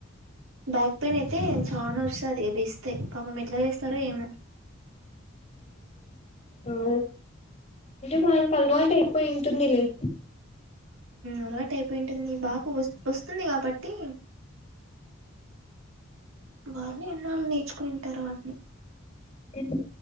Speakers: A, on the right (about 85°); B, on the left (about 30°).
A: బ్యాక్ పయిన్ అయితే చాలా వస్తుంది వే ంత ఒక మెట్లు చేస్తార ఏమో
B: అ ఇే వాళ కల్వాట అయిపోయింటందిలే
A: అలాటు అయిపోయింటుంది బాగా వ వస్తుంది కాబట్టి వాళ్ళు ఎన్నాళ్ళు నేర్చుకునింటారు వాటిని
B: ఉమ్